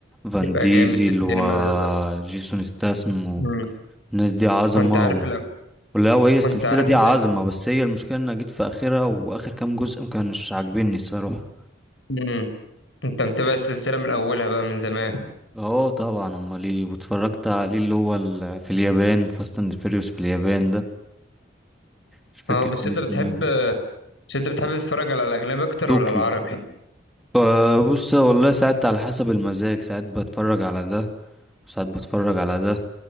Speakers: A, in the centre; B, on the left.
A: فان
B: يبقى
A: ديزل
B: جامد في
A: وجيسون
B: السينما بيبقى
A: ستاسم
B: مم.
A: والناس دي عظمة
B: وانت عارف الأف...
A: لا وهي السلسلة
B: وانت عارف
A: دي
B: ان
A: عظمة
B: ال...
A: بس هي المشكلة ان أنا جيت في اخرها واخر كام جزء ما كانش عاجبني الصراحة
B: مم. انت متابع السلسلة من اولها بقى من زمان
A: اه طبعا امال ايه واتفرجت عليه اللي هو ال- في اليابان فاست اند فيريوس في اليابان ده مش فاكر
B: اه بس
A: كان
B: انت
A: اسمه
B: بتحب
A: ايه
B: بس انت بتحب تتفرج على الاجنبي اكتر
A: طوكيو
B: ولا العربي
A: آه بص والله ساعات على حسب المزاج ساعات بتفرج على ده وساعات بتفرج على ده